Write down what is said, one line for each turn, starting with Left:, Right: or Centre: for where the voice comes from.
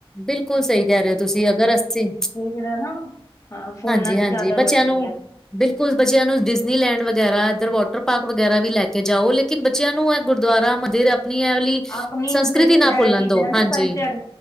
Centre: ਬਿਲਕੁਲ ਸਹੀ ਕਹਿ ਰਹੇ ਹੋ ਤੁਸੀਂ ਅਗਰ ਅਸੀਂ
Left: ਫਿਰ ਹੈ ਨਾ ਹਾਂ ਫੋਨਾਂ
Centre: ਹਾਂਜੀ
Left: ਚ
Centre: ਹਾਂਜੀ
Left: ਜ਼ਿਆਦਾ
Centre: ਬੱਚਿਆਂ
Left: ਵੜਦੀ
Centre: ਨੂੰ
Left: ਹੈ
Centre: ਬਿਲਕੁਲ ਬੱਚਿਆਂ ਨੂੰ ਡਿਜ਼ਨੀਲੈਂਡ ਵਗੈਰਾ ਇੱਧਰ ਵਾਟਰ ਪਾਰਕ ਵਗੈਰਾ ਵੀ ਲੈ ਕੇ ਜਾਓ ਲੇਕਿਨ ਬੱਚਿਆਂ ਨੂੰ ਇਹ ਗੁਰਦੁਆਰਾ ਮੰਦਿਰ ਆਪਣੀ ਇਹੀ
Left: ਆਪਣੀ
Centre: ਸੰਸਕ੍ਰਿਤੀ
Left: ਜਿਹੜੀ
Centre: ਨਾ
Left: ਇਹ
Centre: ਭੁੱਲਣ
Left: ਚੀਜ਼ਾਂ
Centre: ਦੋ
Left: ਨਾ
Centre: ਹਾਂਜੀ
Left: ਕਲਚਰ